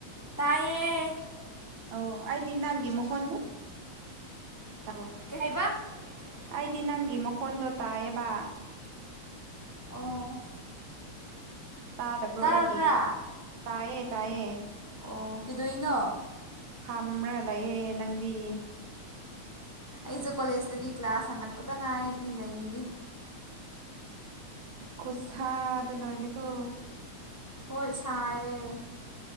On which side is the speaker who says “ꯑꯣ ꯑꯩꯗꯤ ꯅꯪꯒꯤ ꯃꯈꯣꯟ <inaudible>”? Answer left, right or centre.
Right